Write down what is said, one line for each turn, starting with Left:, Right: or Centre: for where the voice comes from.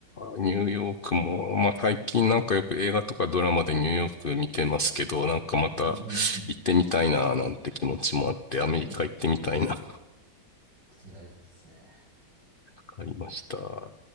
Left: か。ニューヨークも、まあ最近なんかよく映画とかドラマでニューヨーク見てますけど、なんかまた
Right: うんうんうん。
Left: 行ってみたいな、なんて気持ちもあって、アメリカ行ってみたいな、
Right: ね、
Left: わ
Right: 来てみたいですね。
Left: かりました。